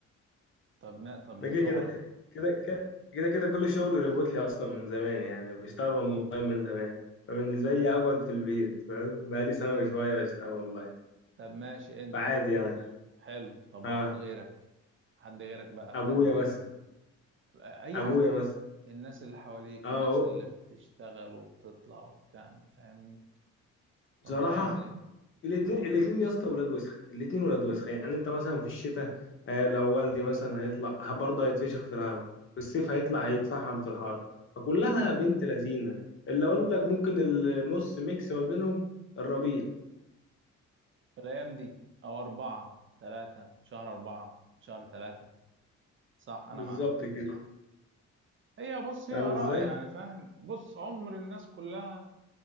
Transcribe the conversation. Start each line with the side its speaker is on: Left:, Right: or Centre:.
Right: طب ما طب
Left: ده
Right: وشغلك
Left: كده كده كده كده كده كده كل الشغل ريموتلي أصلا من زمان يعني بشتغل أونلاين من زمان فبالنسبة لي أقعد في البيت فاهم بقالي سنة وشوية بشتغل أونلاين
Right: طب ماشي انت
Left: فعادي يعني
Right: حلو طب واحد
Left: اه
Right: غيرك حد غيرك بقى
Left: أبويا
Right: فاهم
Left: مثلا
Right: بي... اي
Left: أبويا
Right: حد
Left: مثلا
Right: الناس اللي حواليك
Left: اه أهو.
Right: الناس اللي بتشتغل وبتطلع وبتعمل فاهمني طب
Left: بصراحة
Right: ده هيعمل ايه
Left: الاثنين
Right: اه
Left: الاثنين يا اسطى ولاد وسخه الاثنين ولاد وسخه يعني انت مثلا في الشتاء آه، لو والدي مثلا هيطلع ه- برضه هيتفشخ في الهواء في الصيف هيطلع هيتفحم في الحر فكلها بنت لذينه اللي اقول لك ممكن النص ميكس ما بينهم الربيع
Right: الأيام دي أو أربعة تلاتة شهر أربعة شهر تلاتة صح أنا
Left: بالظبط
Right: معاك
Left: كده
Right: هي بص هي
Left: فاهم
Right: آراء
Left: ازاي
Right: يعني فاهم بص عمر الناس كلها